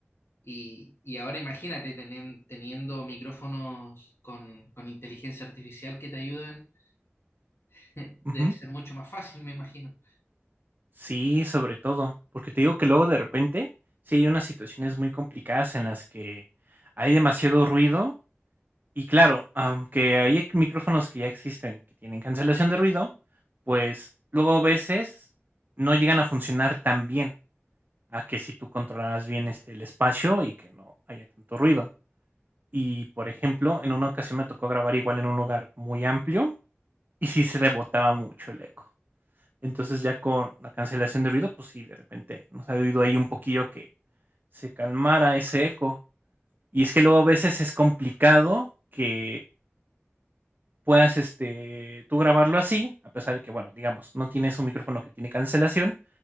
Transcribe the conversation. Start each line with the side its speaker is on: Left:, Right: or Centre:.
Left: Y, y ahora imagínate tenen- teniendo micrófonos con, con inteligencia artificial que te ayudan, <laughs> debe
Right: ujú.
Left: ser mucho más fácil, me imagino.
Right: Sí, sobre todo, porque te digo que luego de repente, sí hay unas situaciones muy complicadas en las que hay demasiado ruido Y claro, aunque hay e micrófonos que ya existen, que tienen cancelación de ruido, pues luego a veces no llegan a funcionar tan bien, a que si tú controlaras bien este, el espacio y que no haya tanto ruido. Y por ejemplo, en una ocasión me tocó grabar igual en un lugar muy amplio y sí se rebotaba mucho el eco. Entonces ya con la cancelación de ruido, pues sí, de repente nos ha oído ahí un poquillo que se calmara ese eco. Y es que luego a veces es complicado que puedas este, tú grabarlo así, a pesar de que, bueno, digamos, no tienes un micrófono que tiene cancelación,